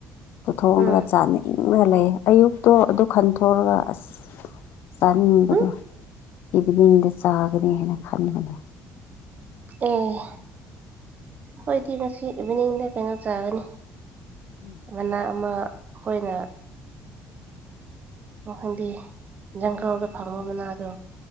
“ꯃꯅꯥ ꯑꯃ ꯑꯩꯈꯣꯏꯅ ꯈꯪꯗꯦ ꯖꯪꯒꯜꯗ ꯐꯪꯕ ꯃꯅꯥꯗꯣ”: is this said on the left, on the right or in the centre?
Right